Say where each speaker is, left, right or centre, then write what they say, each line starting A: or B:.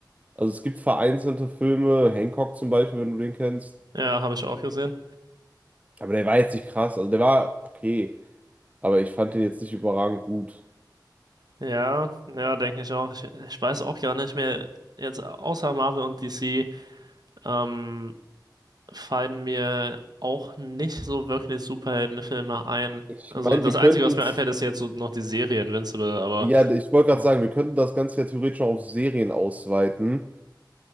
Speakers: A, on the right (about 20°); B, on the right (about 60°).
A: Also es gibt vereinzelte Filme, Hancock zum Beispiel, wenn du den kennst.
B: ja, habe ich auch gesehen.
A: Aber der war jetzt nicht krass. Also der war okay, aber ich fand den jetzt nicht überragend gut.
B: Ja, ja, denke ich auch. Ich, ich weiß auch gar nicht mehr. Jetzt außer Marvel und DC ähm, fallen mir auch nicht so wirklich Superheldenfilme ein.
A: Ich
B: Also
A: meine,
B: das
A: wir
B: Einzige,
A: könnten
B: was
A: es,
B: mir einfällt, ist jetzt so noch die Serie Invincible, aber
A: ja, ich wollte gerade
B: Ja.
A: sagen, wir könnten das Ganze ja theoretisch auch auf Serien ausweiten.